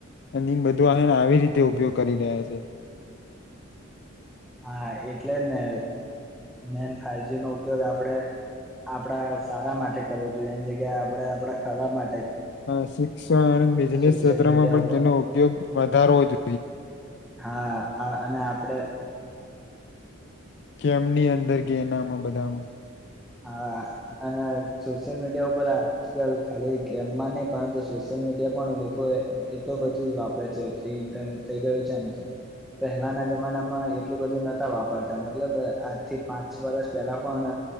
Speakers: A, on the left; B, in the centre.
A: અની બધું આન આવી રીતે ઉપયોગ કરી રહ્યા છે.
B: હા એટલે જ ને મેન ફાઈજી નો ઉપયોગ આપડે આપડા સારા માટે કરો જોઈએ એની જગ્યા આપે આપડા ખરાબ મા
A: અ શિક્ષણ અને બિઝનેસ
B: સોશિયલ
A: ક્ષેત્રમાં
B: મીડિયા
A: પણ
B: ઉપર
A: તેનો ઉપયોગ વધારવો જો
B: હા અને આપડે
A: કેમની અંદર કેનામ બધામાં
B: હા અને સોશિયલ મીડિયા ઉપર આજકાલ ખાલી ગેમમાં ને પરંતુ સોશિયલ મીડિયા પણ લોકો એટલું બધું વાપરે છે ફ્રી ઇન્ટરનેટ થઇ ગયું છે ને તો પેહેલાના જમાનામાં એટલું બધું નહતા વાપરતા મતલબ આજથી પાંચ વર્ષ પહેલા પણ